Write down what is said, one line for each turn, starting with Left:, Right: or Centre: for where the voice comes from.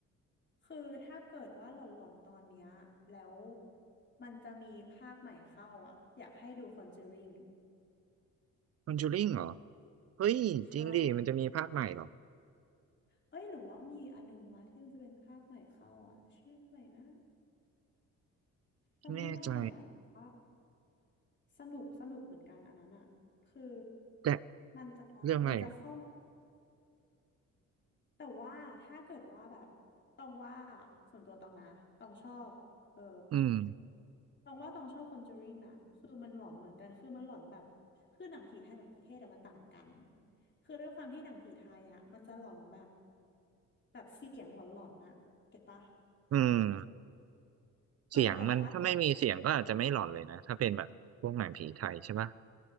Left: คือถ้าเกิดว่าหลอนหลอนตอนเนี้ยแล้วมันจะมีภาคใหม่เข้าอ่ะอยากให้ดู Conjuring
Right: คอนจูริงเหรอ เฮ้ยจริงดิมันจะมีภาคใหม่เหรอ
Left: ใช่เอ้ยหรือว่ามีอันนึงวะที่มันจะเป็นภาคใหม่เข้าอ่ะชื่ออะไรนะจำไม่ได้อ่ะแต่ว่า
Right: ไม่แน่ใจ
Left: สนุกสนุกเหมือนกันอันนั้นอ่ะคือ
Right: แต่
Left: มันจะมันจะเข้ามา
Right: เรื่องอะไรอ่ะ
Left: แต่ว่าถ้าเกิดว่าแบบตองว่าส่วนตัวตองนะตองชอบเออ
Right: อืม
Left: ตองว่าตองชอบคอนเจอริงนะคือมันหลอนเหมือนกันคือมันหลอนแบบคือหนังผีไทยกับผีเทศแต่มันต่างกันคือด้วยความที่หนังผีไทยอ่ะมันจะหลอนแบบแบบเสียงหลอนๆน่ะเก็ตปะ
Right: อืม
Left: เออแต่ถ้าเกิด
Right: เสียงมันถ้าไม่มีเสียงก็อาจจะไม่หลอนเลยนะ ถ้าเป็นแบบพวกหนังผีไทยใช่ปะ